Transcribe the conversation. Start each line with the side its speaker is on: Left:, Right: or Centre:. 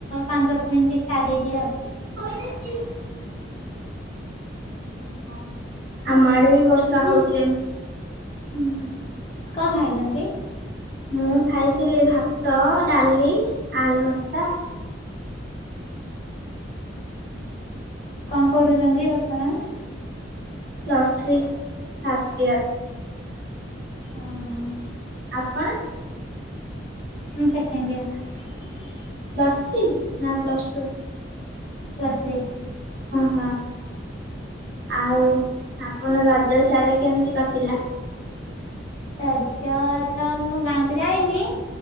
Left: ପାଞ୍ଚ ଦଶ ମିଣ୍ଟି ଷ୍ଟାର୍ଟ ହେଇଚି ଆଉ।
Right: <unintelligible> ଓହୋ। ଆମ ଆଡେ ବି ବର୍ଷା ହଉଚି ଏମତି।
Left: ହୁଁ। କଣ ଖାଇଛନ୍ତି?
Right: ମୁଁ ଖାଇଥିଲି ଭାତ, ଡାଲି, ଆଳୁ ଭର୍ତା।
Left: କଣ କରୁଛନ୍ତି ବର୍ତ୍ତମାନ?
Right: Plus three first year.
Left: ଅ ହଁ।
Right: ଆପଣ?
Left: ମୁଁ ସେକେଣ୍ଡ ଇୟର୍।
Right: ପ୍ଲସ୍ ଥ୍ରୀ ନା ପ୍ଲସ୍ ଟୁ?
Left: Plus three.
Right: ହଁ। ଆଉ ଆପଣ ରଜ ସିଆଡେ କେମିତି କଟିଲା?
Left: ରଜ ତ ମୁଁ ଗାଁକୁ ଯାଇନି।